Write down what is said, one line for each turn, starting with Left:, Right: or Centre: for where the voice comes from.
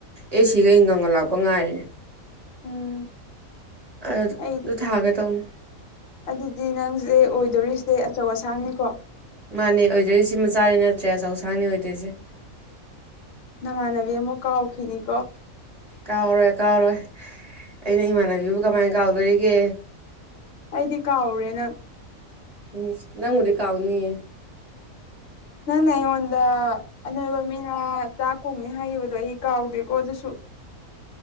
Right: ꯑꯦ ꯁꯤꯒ ꯏꯟꯒꯝꯒ ꯂꯥꯛꯄ ꯉꯥꯏꯔꯤꯅꯦ
Left: ꯎꯝ
Right: ꯑꯗꯨ
Left: ꯑꯩ
Right: ꯊꯥꯒ ꯇꯧꯅ
Left: ꯑꯗꯨꯗꯤ ꯅꯪꯁꯦ ꯑꯣꯏꯗꯣꯔꯤꯁꯦ ꯑꯆꯧ ꯑꯁꯥꯡꯅꯤꯀꯣ
Right: ꯃꯥꯅꯦ ꯑꯣꯏꯗꯣꯏꯁꯤ ꯃꯆꯥꯅꯤ ꯅꯠꯇ꯭ꯔꯦ ꯆꯧꯁꯥꯡꯅꯤ ꯑꯣꯏꯗꯣꯏꯁꯦ
Left: ꯅꯃ ꯅꯕꯤ ꯑꯃꯨ ꯀꯥꯎ ꯈꯅꯤ ꯀꯣ
Right: ꯀꯥꯎꯔꯣꯏ ꯀꯥꯎꯔꯣꯏ ꯑꯩꯅ ꯏꯃꯥꯟꯅꯕꯤꯕꯨ ꯀꯃꯥꯏ ꯀꯥꯎꯗꯣꯔꯤꯒꯦ
Left: ꯀꯗꯤ ꯀꯥꯥꯎꯔꯦꯅ
Right: ꯎꯝ ꯅꯪꯕꯨꯗꯤ ꯀꯥꯎꯅꯤꯌꯦ
Left: ꯅꯪꯅ ꯑꯩꯉꯣꯟꯗ ꯑꯅꯣꯏꯕ ꯃꯤꯅ ꯆꯥꯛꯀꯣꯡꯅꯤ ꯍꯥꯏꯈꯤꯕꯗꯣ ꯑꯩ ꯀꯥꯎꯗꯦꯀꯣ ꯑꯗꯨꯁꯨ <unintelligible>